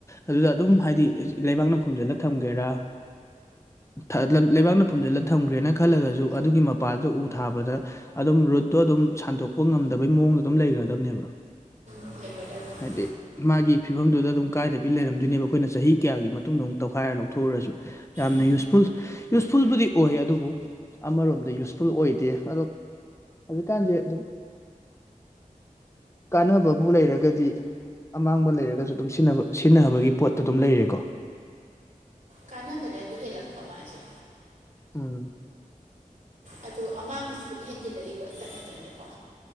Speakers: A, on the left; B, on the right.
A: ꯑꯗꯨꯗ ꯑꯗꯨꯝ ꯍꯥꯏꯗꯤ ꯂꯩꯕꯥꯛꯅ ꯐꯨꯝꯖꯤꯜꯂ ꯊꯝꯒꯦꯔꯥ ꯊ ꯂꯩꯕꯥꯛꯅ <unintelligible> ꯐꯨꯝꯖꯜꯂ ꯊꯝꯒ꯭ꯔꯦꯅ ꯈꯜꯂꯒꯖꯨ ꯑꯗꯨꯒꯤ ꯃꯄꯥꯗꯨ ꯎ ꯊꯥꯕꯗ ꯑꯗꯨꯝ ꯔꯨꯠꯇꯣ ꯑꯗꯨꯝ ꯁꯟꯗꯣꯛꯄ ꯉꯝꯗꯕꯩ ꯃꯑꯣꯡꯗ ꯑꯗꯨꯝ ꯂꯩꯔꯗꯝꯅꯦꯕ
B: ꯂꯩꯒ꯭ꯔꯗꯕꯅ‌ꯦ
A: ꯗꯤ ꯃꯥꯒꯤ ꯐꯤꯕꯝꯗꯨꯗ ꯑꯗꯨꯝ ꯀꯥꯏꯗꯕꯤ ꯂꯩꯔꯝꯗꯣꯏꯅꯦꯕ ꯑꯈꯣꯏꯅ ꯆꯍꯤ ꯀꯌꯥꯒꯤ ꯃꯇꯨꯡꯗ ꯑꯃꯨꯛ ꯇꯧꯈꯥꯏꯔ ꯂꯧꯊꯣꯛꯎꯔꯁꯨ ꯌꯥꯝꯅ
B: ꯎꯝ
A: ꯌꯨꯁꯐꯨꯜ ꯌꯨꯁ ꯐꯨꯜꯕꯨꯗꯤ ꯑꯣꯏ ꯑꯗꯨꯕꯨ ꯑꯃꯔꯣꯝꯗ ꯌꯨꯁꯐꯨꯜ ꯑꯣꯏꯗꯦ ꯑꯗꯣ ꯍꯧꯖꯤꯛꯀꯥꯟꯗꯤ ꯑꯗꯨꯝ ꯀꯥꯅꯕꯕꯨ ꯂꯩꯔꯒꯗꯤ ꯑꯃꯥꯡꯕ ꯂꯩꯔꯒꯖꯨ ꯗꯨꯝ ꯁꯤꯟꯅꯕ ꯁꯤꯟꯅꯕꯒꯤ ꯄꯣꯠꯇ ꯑꯗꯨꯝ ꯂꯩꯔꯦꯀꯣ
B: ꯀꯥꯅꯕꯅꯗꯤ ꯍꯦꯂꯛꯄ ꯃꯥꯁꯦ
A: ꯎꯝ
B: ꯑꯗꯣ ꯑꯃꯥꯡꯕꯁꯨ ꯗꯨꯝ ꯍꯦꯟꯖꯜꯂꯛꯏꯕ ꯇꯞꯅ ꯇꯞꯅꯀꯣ